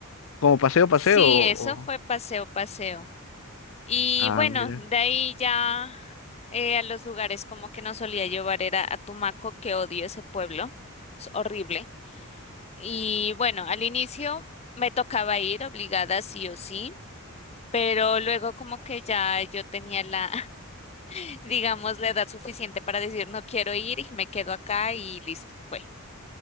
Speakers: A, on the left; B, on the left.
A: ¿Como paseo, paseo
B: Sí,
A: o...?
B: eso fue
A: o-
B: paseo, paseo. Y
A: Ah,
B: bueno,
A: mira.
B: de ahí ya eh, a los lugares como que nos solía llevar era a Tumaco, que odio ese pueblo. Es horrible. Y bueno, al inicio me tocaba ir obligada sí o sí. Pero luego como que ya yo tenía la, <laughs> digamos, la edad suficiente para decir no quiero ir y me quedo acá y listo, fue.